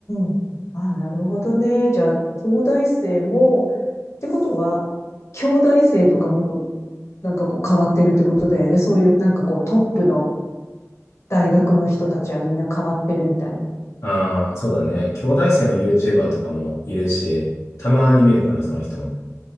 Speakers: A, on the left (about 60°); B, on the left (about 75°).
A: ーん。あ、なるほどね。じゃあ、東大生も、ってことは、兄弟生とかもなんかこう変わってるってことだよね。そういうなんかこうトップの大学の人たちはみんな変わってるみたいな。
B: ああ、そうだね。兄弟生の YouTuber とかもいるし、たまに見るかな、その人も。